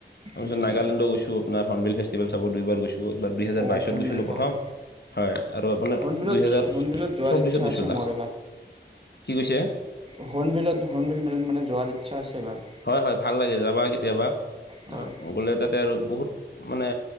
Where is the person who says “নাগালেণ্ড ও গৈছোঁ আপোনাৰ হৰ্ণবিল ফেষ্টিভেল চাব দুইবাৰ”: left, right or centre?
Left